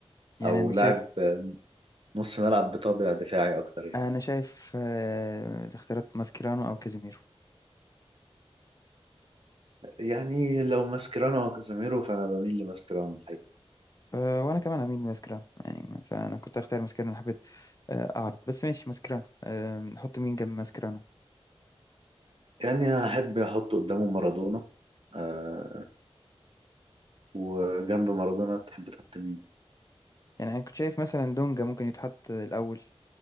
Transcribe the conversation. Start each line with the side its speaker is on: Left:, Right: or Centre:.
Left: يعني
Right: او
Left: أنا
Right: لاعب
Left: شايف
Right: نص ملعب بطابع دفاعي اكتر يعني
Left: أنا شايف آه الاختيارات ماسكيرانو أو كازيميرو
Right: يعني لو ماسكيرانو او كازاميرو فانا بميل لماسكيرانو الحقيقة
Left: أه وانا كمان اميل ماسكران يعني ما- فانا كنت اختار ماسكرانو حبيت أه، اعرض بس ماشي ماسكرانو أه نحط مين جنب ماسكرانو
Right: يعني انا احب احط قدامه مارادونا آه وجنب مارادونا تحب تحط مين
Left: يعني انا كنت شايف مثلا دونجا ممكن يتحط الاول